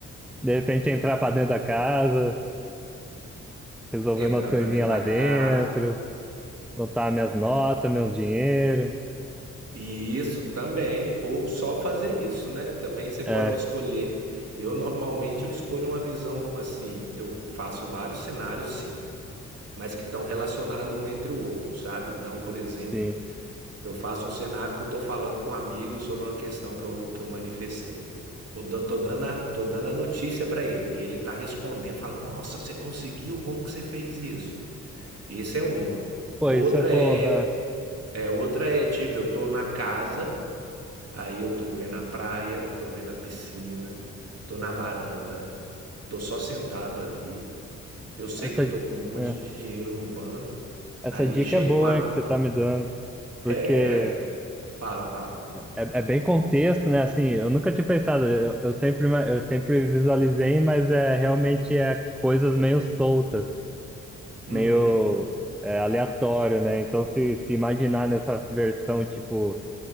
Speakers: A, in the centre; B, on the right.
A: de repente, entrar para dentro da casa, resolver
B: entrar
A: umas coisinhas
B: para dentro da
A: lá dentro,
B: casa.
A: botar minhas notas, meu dinheiro.
B: E isso também, ou só fazer isso, né? Também você pode
A: É,
B: escolher. Eu normalmente eu escolho uma visão assim, eu faço vários cenários sim, mas que estão relacionados um entre o outro, sabe? Então, por exemplo,
A: sim.
B: eu faço um cenário que eu estou falando com um amigo sobre uma questão que eu, que eu manifestei. Eu dou- tô dando a, tô dando a notícia para ele e ele está respondendo, falando: Nossa, você conseguiu? Como que você fez isso? Isso é uma.
A: Pô,
B: Outra
A: isso é bom.
B: é
A: é.
B: É, outra é tipo, eu tô na casa, aí eu tô vendo a praia, tô vendo a piscina, tô na varanda, tô só sentado ali. Eu sei
A: Essa,
B: que eu tô com um monte
A: é,
B: de dinheiro no banco,
A: essa
B: aí
A: dica
B: chega
A: é boa,
B: um. am-
A: hein, que você tá me dando. Porque
B: É, que- fala, fala.
A: é, é bem contexto, né? Assim, eu nunca tinha pensado, eu, eu sempre, ima- eu sempre visualizei, mas é realmente é coisas meio soltas.
B: Uhum,
A: meio é, aleatório, né? Então, se, se imaginar nessa versão, tipo,